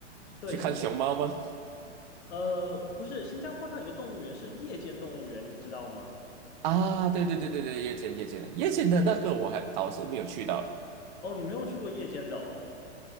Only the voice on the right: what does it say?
去看熊猫吗？
啊，对对对对对，夜间夜间的夜间的那个我还倒是没有去到。